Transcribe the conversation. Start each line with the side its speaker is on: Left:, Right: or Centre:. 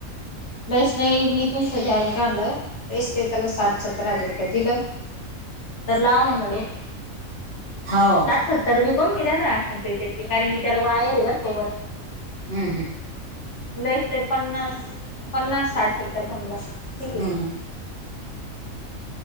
Left: ड्रेस नाही मी इथून सध्या एक आणलं, ड्रेसले त्याला साठ सत्तर हजार रुपये दिलं तर लाव म्हटलं डोक
Right: हाव
Left: ते काय देणार असतील तर, कारण कि त्याला वायर आहे बर का वर
Right: हम्म
Left: लईस लै पन्नास, पन्नास साठ सत्तर समजा ठीक
Right: हम्म
Left: आहे